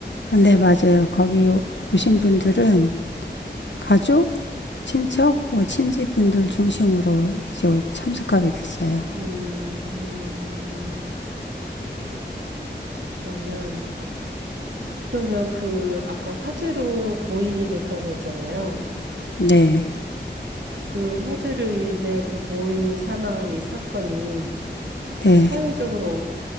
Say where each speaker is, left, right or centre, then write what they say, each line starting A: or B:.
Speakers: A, on the left; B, on the right.
A: 아, 네, 맞아요. 거기 오- 오신 분들은 가족, 친척, 뭐 친지분들 중심으로 이제 참석하게 됐어요.
B: 음, 그러면 그러면 그 아까 화재로 고인이 됐다고 했잖아요.
A: 네,
B: 그 화재로 인해 그 고인이 사망한 이 사건이
A: 네.
B: 사회적으로